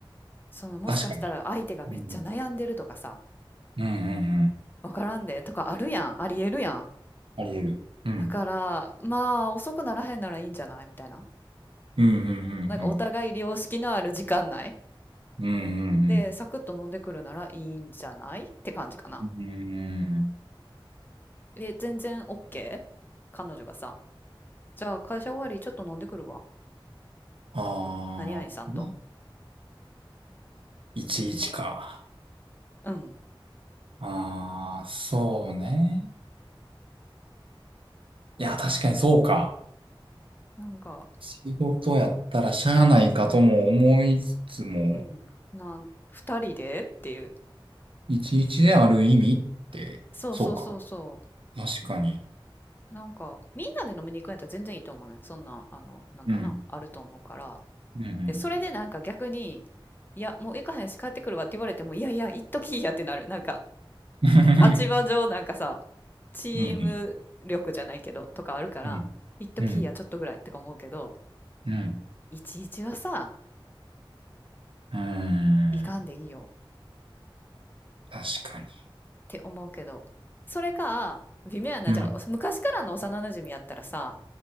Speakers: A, on the left; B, on the right.
A: その、もしかしたら相手がめっちゃ悩んでるとかさ、
B: 確かに。うん。うんうん
A: 分からんでとかあるやん。ありえるやん。
B: うん。あり得る。うん。
A: だから、まあ、遅くならへんならいいんじゃないみたいな。
B: うんう
A: なんかお互い良識のある時間内
B: んうんうん。うんうん
A: で、サクッと飲んでくるならいいんじゃないって感じかな。
B: うん。うん。
A: え、全然 OK? 彼女がさ、じゃあ会社終わりちょっと飲んでくるわ。
B: ああー、
A: 何々さんと。
B: 1か。
A: うん。
B: ああ、そうね。いや、確かにそうか。
A: なんか、
B: 仕事やったらしゃあないかとも思いつつも、
A: うん。な、二人でっていう。
B: いちいちである意味って、
A: そうそうそうそ
B: そうか。確かに。
A: う。なんか、みんなで飲みに行くんやったら全然いいと思うね。そんな、あの、なんかな、
B: うん。
A: あると思うから。
B: うんう
A: で、それでなんか逆に、
B: ん
A: いや、もう行かへんし帰ってくるわって言われても、いやいや、行っときいやってなる。なんか、
B: うん。
A: 立場上なんかさ、
B: <laughs>
A: チーム力じゃないけど、
B: うんうん。
A: とかあるから、
B: うんうん。
A: 行っときいや、ちょっとぐらいってか思うけど、
B: うん。
A: いちいちはさ、
B: うーん。
A: 行かんでいいよっ
B: 確かに。
A: て思うけど、それか、微妙やな、
B: うん。
A: じゃあ、昔からの幼馴染やったらさ、